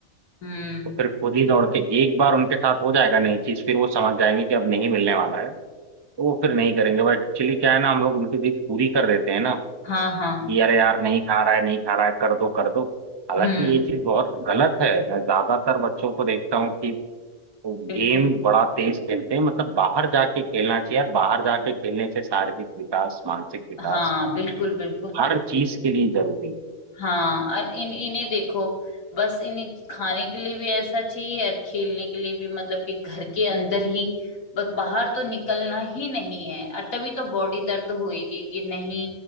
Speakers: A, on the left; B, on the right.
A: हम्म
B: तो फिर खुद ही दौड़ के एक बार उनके साथ हो जाएगा नई चीज फिर वो समझ जाएंगे कि अब नहीं मिलने वाला है तो वो फिर नहीं करेंगे बट एक्चुअली क्या है ना हम लोग उनकी जिद पूरी कर देते हैं ना
A: हाँ हाँ
B: कि अरे यार नहीं खा रहा है नहीं खा रहा है कर दो कर दो हालांकि
A: हम्म
B: ये चीज बहुत गलत है मैं ज्यादातर बच्चों को देखता हूँ कि वो
A: बिल्कुल
B: गेम बड़ा तेज खेलते हैं मतलब बाहर जाके खेलना चाहिए यार बाहर जाके खेलने से शारीरिक विकास मानसिक विकास
A: हाँ बिल्कुल बिल्कुल
B: हर चीज के लिए जरूरी है
A: हाँ और इन इन्हें देखो बस इन्हें खाने के लिए भी ऐसा चाहिए और खेलने के लिए भी मतलब कि घर के अंदर ही बस बाहर तो निकलना ही नहीं है और तभी तो बॉडी दर्द होएगी कि नहीं